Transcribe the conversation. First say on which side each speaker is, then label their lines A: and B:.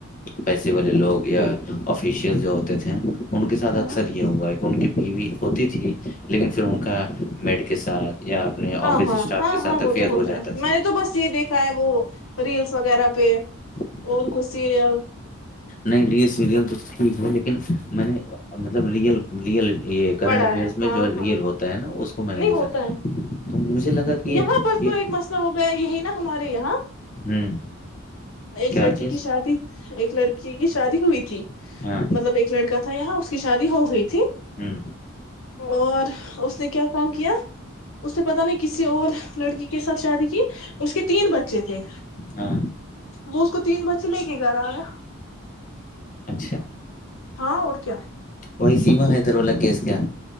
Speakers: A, on the left (about 35°); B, on the left (about 70°).
A: پیسے والے لوگ یا آفیشیلس جو ہوتے تھے ان کے ساتھ
B: ہاں
A: اکثر یہ ہوا ہے کہ ان کی بیوی ہوتی تھی لیکن پھر ان کا میڈ کے ساتھ یا اپنے آفس
B: ہاں ہاں
A: اسٹاف
B: ہاں
A: کے ساتھ
B: ہاں
A: افیئر
B: وہ تو ہوتا
A: ہو جاتا
B: ہے میں نے تو بس یہ دیکھ چاہے وہ ریلس وغیرہ پہ
A: تھا
B: اور کچھ سیریل
A: نہیں ریل سیریل تو ٹھیک ہے لیکن میں نے مطلب ریئل ریئل یہ کرنٹ
B: پڑا
A: افیئرس
B: ہے
A: میں
B: ہاں
A: جو ریئل
B: ہاں
A: ہوتا ہے نا اس کو میں
B: نہیں
A: نے دیکھا
B: ہوتا ہے
A: تو مجھے لگا کہ
B: یہاں پر تو
A: یہ
B: ایک مسئلہ ہو گیا یہ نا ہمارے یہاں
A: ہ
B: ایک
A: کیا
B: لڑکی
A: چیز
B: کی شادی ایک لڑکی کی کی شادی ہوئی تھی
A: ہاں
B: مطلب ایک لڑکا تھا یہاں اس کی شادی ہو گئی تھی
A: ہ
B: اور اس نے کیا کام کیا اس نے پتا نہیں کسی اور لڑکی کے ساتھ شادی کی اس کے تین بچے تھے
A: ہاں
B: وہ اس کو تین بچے لے کے گھر آ گیا
A: اچھا
B: ہاں اور کیا
A: وہی سیما حیدرولہ کیس کیا